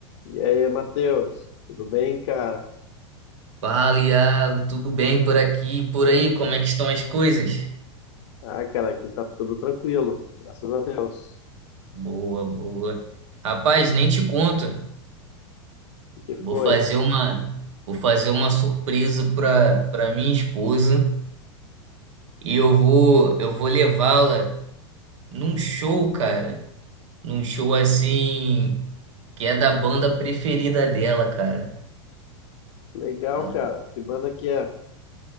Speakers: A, on the left (about 70°); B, on the right (about 75°).
A: E aí, Matheus, tudo bem, cara?
B: Fala, Iago, tudo bem por aqui, e por aí, como é que estão as coisas?
A: Ah, cara, aqui tá tudo tranquilo, graças a Deus.
B: Boa, boa. Rapaz, nem te conto.
A: O que foi?
B: Vou fazer uma, vou fazer uma surpresa para para minha esposa e eu vou eu vou levá-la num show, cara. Num show assim que é da banda preferida dela, cara.
A: Legal,
B: Ela,
A: cara. Que banda que é?